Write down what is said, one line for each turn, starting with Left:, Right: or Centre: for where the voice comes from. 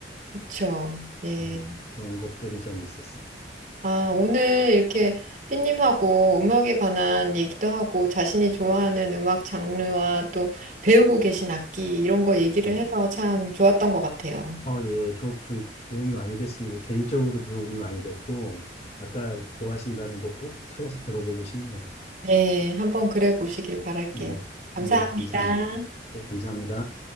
Right: 그렇죠. 예.
Left: 예, 그런 것들이 좀 있었어요.
Right: 아, 오늘 이렇게 삐님하고 음악에 관한 얘기도 하고 자신이 좋아하는 음악 장르와 또 배우고 계신 악기 이런 거 얘기를
Left: 음.
Right: 해서 참 좋았던 것 같아요.
Left: 어, 예, 저좀 도움이 많이 됐습니다. 개인적으로 도움이 많이 됐고, 아까 좋아하신다는 거 꼭 찾아서 들어보고 싶네요.
Right: 네, 한번 그래 보시길 바랄게요.
Left: 예,
Right: 감사합니다.
Left: 예, 예, 감사합니다. 예, 감사합니다.